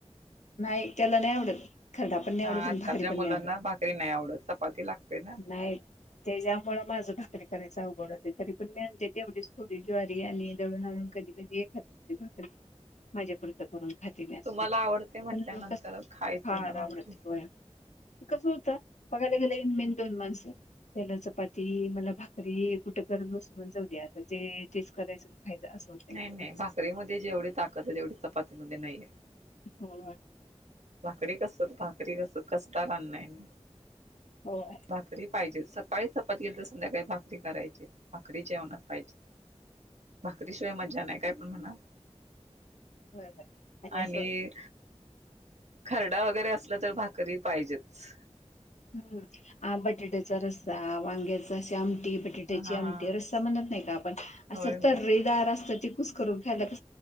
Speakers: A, on the left; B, on the right.
A: नाही त्याला नाही आवडत. खरडा पण नाहीआवडत
B: हा आजकालच्या
A: भाकरी पण
B: मुलांना
A: नाही आवडत
B: भाकरी नाही आवडत चपाती लागते ना
A: नाही त्याच्यामुळे माझं भाकरी करायच अवघड होते तरी पण मी आणते तेवढीच थोडी ज्वारी आणि दळून आणून. कधी कधी एखा दुसरी भाकरी माझ्या पुरत करून खाती नस
B: तुम्हाला
A: करत
B: आवडते म्हटल्यानंतर
A: स
B: खायचं
A: हा
B: ना
A: आरामडती
B: भाकरी
A: होया कस होत बघायला गेले इन मिन दोन माणसं. त्याला चपाती मला भाकरी कुठे करत बसू जाऊ द्या आता ते तेच करायचं खायचं असं होतंय
B: नाही
A: रोज
B: नाही भाकरीमध्ये जेवढी ताकद आहे तेवढी चपातीमध्ये नाहीये
A: हो.
B: भाकरी कस भाकरी कस कसता राांना आहे म
A: होय
B: भाकरी पाहिजे सकाळी चपाती तर संध्याकाळी भाकरी करायची भाकरी जेवणात पाहिजे भाकरीशिवाय मजा नाही काय पण म्हण
A: होय अन
B: आणि
A: अस
B: खरडा वगैरे असला तर भाकरी पाहिजेच.
A: हम्म ह बटाट्याचा रस्सा वांग्याचा शम ी बटाट्याची
B: हा हा हा
A: आमटे रस्ता म्हणत नाही का आपण असं
B: होय होय.
A: तर्रेदार असतं त कुस करून ख्यायला क